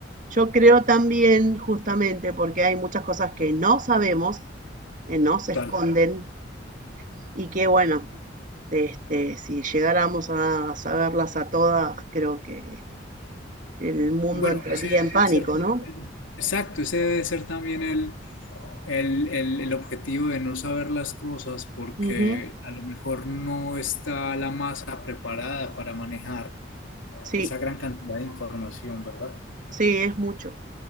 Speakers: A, on the right; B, on the left.
A: Yo creo también, justamente, porque hay muchas cosas que no sabemos, que no se
B: Total.
A: esconden, y que bueno, este, si llegáramos a saberlas a todas, creo que el mundo
B: Bueno,
A: entraría
B: ese
A: en
B: debe
A: pánico,
B: ser también-
A: ¿no?
B: exacto, ese debe ser también el, el, el, el objetivo de no saber las cosas porque
A: Ujú,
B: a lo mejor no está la masa preparada para manejar
A: Sí,
B: esa gran cantidad de información, ¿verdad?
A: sí, es mucho.